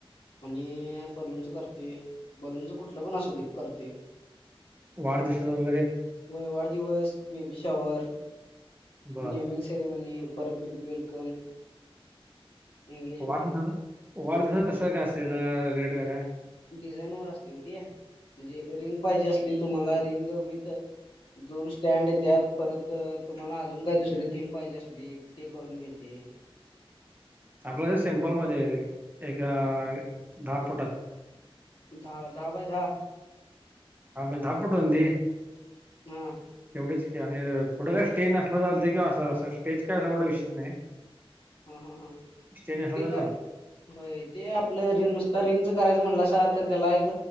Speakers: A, on the left (about 65°); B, on the right (about 20°).
A: आणि बलूनच करतोय बलूनच कुठलं पण असू दे करतोय.
B: वाढदिवसाच वगैरे?
A: व्हय वाढदिवस बेबी शॉवर
B: बर
A: नेमिंग सेरेमनी पर बेबी वेलकम एंगेजमेंट
B: वाढदिवसाच वाढदिवसाच कस काय असतंय रेट काय काय?
A: डिझाईन वर असतंय हो ते म्हणजे रिंग पाहिजे असली तुम्हाला रिंग विथ दोन स्टँड येत्यात परत तुम्हाला अजून काय दुसरी थीम पाहिजे असली ते करून मिळेत.
B: आपलं जर सिम्पलमध्ये एक दहा फुटात?
A: दहा दहा बाय दहा?
B: हा म्हणजे दहा फूट रुंदी.
A: म.
B: एवढच की आणि पुढं काय स्टेज नसला चालतोय किंवा असं असं स्टेज काय अस एवढ विशेष नाही
A: हम्म हम्म हम्म
B: स्टेज नसला
A: ठीक
B: तर
A: हाय! होय ते आपलं रिंग नुसत रिंगचं करायचं म्हणलासा तर त्याला एक